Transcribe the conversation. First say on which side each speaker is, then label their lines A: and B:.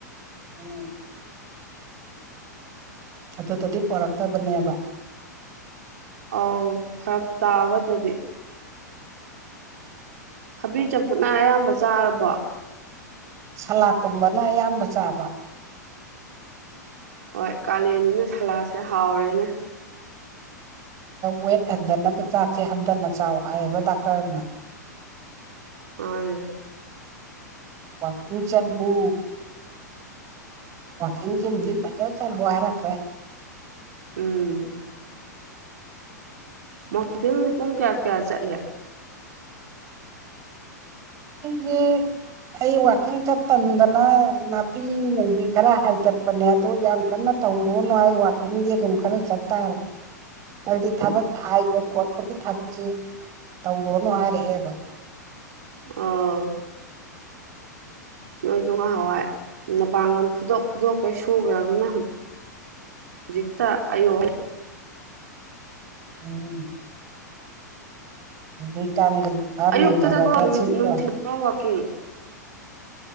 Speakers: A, on the right; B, on the right.
A: <unintelligible> ꯑꯗꯨꯗꯗꯤ ꯄꯣꯔꯛꯇꯕꯅꯦꯕ
B: ꯑꯧ ꯐꯔꯛ ꯇꯥꯕ ꯑꯗꯗꯤ ꯊꯕꯤ ꯆꯝꯐꯨꯠꯅ ꯑꯌꯥꯝꯕ ꯆꯥꯔꯕꯣ
A: ꯁꯂꯥꯛꯀꯨꯝꯕꯅ ꯑꯌꯥꯝꯕ ꯆꯥꯕ
B: ꯍꯣꯏ ꯀꯥꯂꯦꯟꯅꯤꯅ ꯁꯂꯥꯛꯁꯦ ꯍꯥꯎꯔꯦꯅꯦ
A: ꯋꯦꯇ ꯍꯟꯊꯅꯕ ꯆꯥꯛꯁꯦ ꯍꯟꯊꯅ ꯆꯥꯎ ꯍꯥꯏꯌꯦꯕ ꯗꯥꯛꯇꯔꯅ
B: ꯃꯅꯦ
A: ꯋꯥꯀꯤꯡ ꯆꯠꯂꯨ ꯋꯥꯀꯤꯡ ꯁꯤꯃꯗꯤ ꯐꯖꯅ ꯆꯠꯂꯨ ꯍꯥꯏꯔꯛꯈꯔꯦ
B: ꯎꯝ ꯋꯥꯀꯤꯡꯗꯤ ꯄꯨꯡ ꯀꯌꯥ ꯀꯌꯥ ꯆꯠꯂꯤ
A: ꯑꯩꯗꯤ ꯑꯩ ꯋꯥꯛꯀꯤꯡ ꯆꯠ ꯇꯟꯗꯅ ꯅꯥꯄꯤꯅꯨꯡꯕꯤ ꯈꯔ ꯍꯥꯏꯗꯠꯄꯅꯦ ꯑꯗꯣ ꯌꯥꯝ ꯀꯟꯅ ꯇꯧꯔꯣꯅꯨ ꯍꯥꯏ ꯋꯥꯀꯤꯡꯗꯤ ꯑꯗꯨꯝ ꯈꯔ ꯆꯠꯇꯥꯔꯦ ꯍꯥꯏꯕꯗꯤ ꯊꯕꯛ ꯍꯥꯏꯕ ꯈꯣꯠꯄꯒꯤ ꯊꯕꯛꯁꯤ ꯇꯧꯔꯣꯅꯨ ꯍꯥꯏꯔꯛꯑꯦꯕ
B: ꯑꯥ ꯅꯣꯏꯁꯨ ꯉꯍꯥꯟꯋꯥꯏ ꯅꯄꯥꯡꯒꯜ ꯐꯨꯗꯣꯛ ꯐꯨꯗꯣꯛꯈꯩ ꯁꯨꯒꯔꯕꯅꯤꯅ ꯍꯧꯖꯤꯛ ꯍꯧꯖꯤꯛꯇ ꯑꯌꯣ ꯍꯥꯏꯔ
A: <unintelligible>
B: ꯑꯌꯨꯛꯇ
A: ꯅꯣꯟꯊꯔꯒ
B: ꯆꯠꯄ꯭ꯔꯣ
A: ꯁꯤꯠꯂꯣ
B: ꯅꯨꯡꯊꯤꯜꯄ꯭ꯔꯣ ꯋꯥꯛꯀꯤꯡ